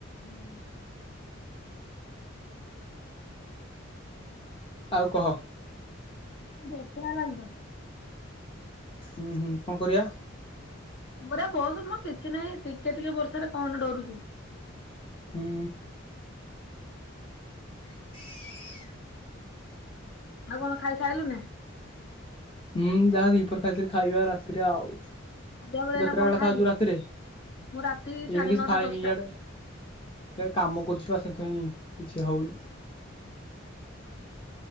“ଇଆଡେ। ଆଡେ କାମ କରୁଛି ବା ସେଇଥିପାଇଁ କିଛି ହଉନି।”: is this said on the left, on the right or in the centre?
Left